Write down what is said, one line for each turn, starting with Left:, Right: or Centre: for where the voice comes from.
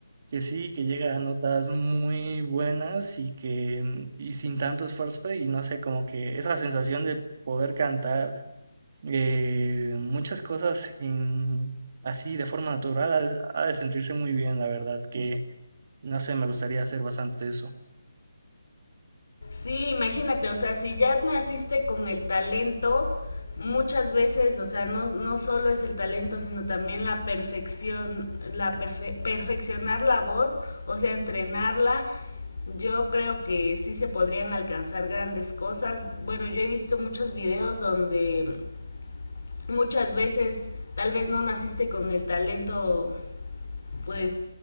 Right: que sí, que llega a notas muy buenas y que mm, y sin tanto esfuerzo y no sé, como que esa sensación de poder cantar eh, muchas cosas sin- así de forma natural ha de ha de sentirse muy bien, la verdad, que no sé, me gustaría hacer bastante eso.
Left: Sí, imagínate, o sea, si ya naciste con el talento, muchas veces, o sea, no, no solo es el talento, sino también la perfección, la perfe- perfeccionar la voz, o sea, entrenarla. Yo creo que sí se podrían alcanzar grandes cosas. Bueno, yo he visto muchos videos donde muchas veces tal vez no naciste con el talento pues